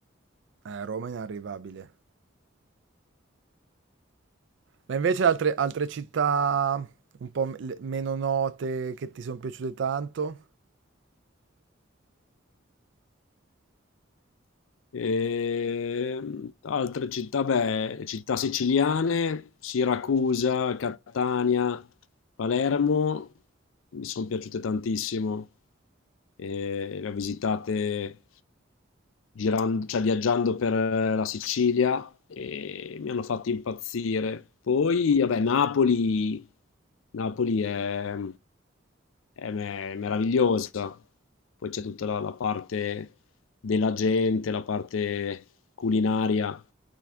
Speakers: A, on the right; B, on the left.
A: Eh, Roma è inarrivabile. Ma invece altre, altre città un po' me- meno note che ti sono piaciute tanto?
B: Ehm, altre città, beh, città siciliane, Siracusa, Catania, Palermo, mi sono piaciute tantissimo. E le ho visitate girando, cioè viaggiando per la Sicilia e mi hanno fatto impazzire. Poi, vabbè, Napoli, Napoli è, è me- meravigliosa. Poi c'è tutta la la parte della gente, la parte culinaria.